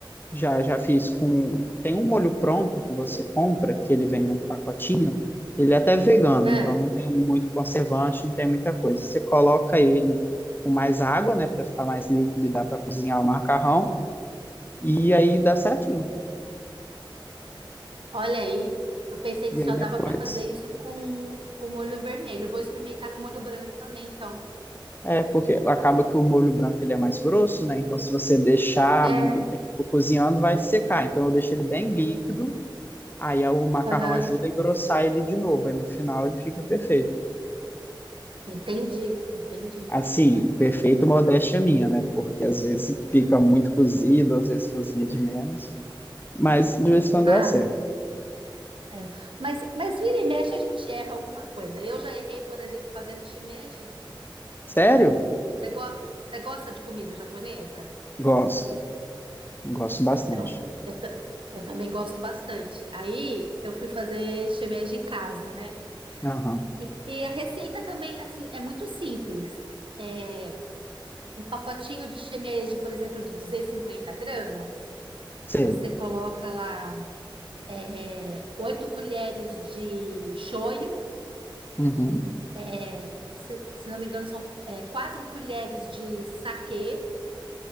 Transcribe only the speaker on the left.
Já já fiz com. Tem um molho pronto que você compra, que ele vem num pacotinho. Ele é até vegano,
então não tem muito conservante, não tem muita coisa. Você coloca ele com mais água, né, para ficar mais líquido e dá para cozinhar o macarrão, e aí dá certinho.
E
aí depois
É, porque acaba que o molho branco ele é mais grosso, né? Então, se você deixar
muito tempo cozinhando, vai secar. Então, eu deixo ele bem líquido, aí o macarrão
ajuda a engrossar ele de novo. Aí, no final, ele fica perfeito.
Assim, perfeito, modéstia minha, né? Porque às vezes fica muito cozido, às vezes cozinha de menos. Mas de vez em quando
eu acerto.
Sério?
Gosto. Gosto bastante.
Aham.
Sei.
Uhum.